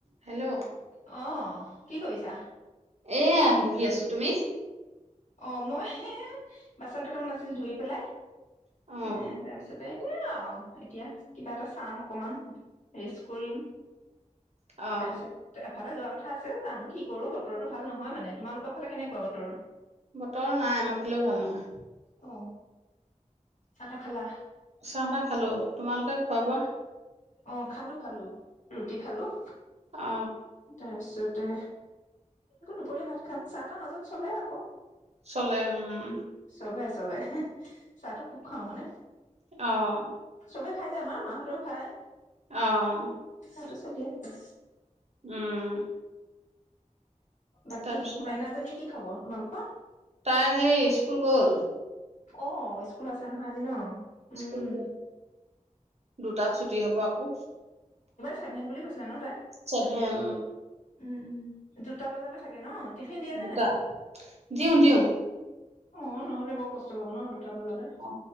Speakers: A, on the right (about 55°); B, on the left (about 70°).
A: হেল্ল'!
B: অ', কি কৰিছা?
A: এয়া বহি আছো তুমি?
B: অ মই সেয়া বাচন কেইটামান আছিল ধুই পেলাই
A: অ',
B: এ তাৰপিছত। নে আৰু এতিয়া কিবা এটা চাম অকমান। ৰেষ্ট কৰিম
A: অ',
B: তাৰপিছত এফালে যোৱা কথা আছে যাম কি কৰো বতৰো ভাল নহয়। হয় মানে তোমালোকৰ ফালে কেনেকুৱা বতৰ?
A: বতৰ নাই আমাৰ ফালেও ভাল নহয়।
B: অ চাহ তাহ খালা?
A: চাহ তাহ খালো, তোমালোকে? হ'ব
B: অ', খালো খালো। ৰুটি খালো।
A: অ
B: তাৰপিছতে আকৌ দুপৰীয়া ভাত খাম চাহ তাহ মাজত চলে আকৌ।
A: চলে, উম।
B: চলে চলে, চাহটো খুব খাওঁ মানে।
A: আহ
B: চবে খাই যে আমাৰ মাহঁতেও খায়।
A: অ'।
B: তাতটো চলি আৰু
A: উম
B: বাকী
A: তাৰপিছত
B: মাইনাজনী
A: আৰু
B: কি খবৰ? তোমালোকৰ?
A: তাই হেই স্কুল গ'ল।
B: অ স্কুল আছে নহয় আজি ন! উম
A: স্কুল গ'ল দুটাত ছুটী হব আকৌ
B: চেভেন বুলি কৈছে জানো তাই
A: চেভেন
B: উম উম দুটা বজালৈ থাকে ন টিফিন দিয়ে
A: দুটা
B: নে নাই
A: দিওঁ দিওঁ
B: অ নহ'লে বৰ কষ্ট পাব ন দুটা বজালৈ
A: অ